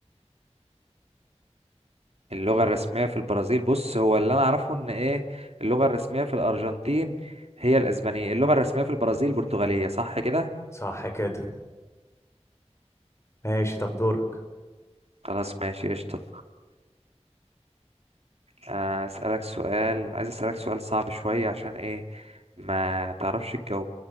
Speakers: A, on the right; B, on the left.
A: اللغة الرسمية في البرازيل بص هو اللي انا اعرفه ان ايه اللغة الرسمية في الأرجنتين هي الأسبانية اللغة الرسمية في البرازيل برتغالية صح كده
B: صح كده ماشي طب دورك
A: خلاص ماشي قشطة آه، أسألك سؤال عايز أسألك سؤال صعب شوية عشان ايه ما تعرفش تجاوب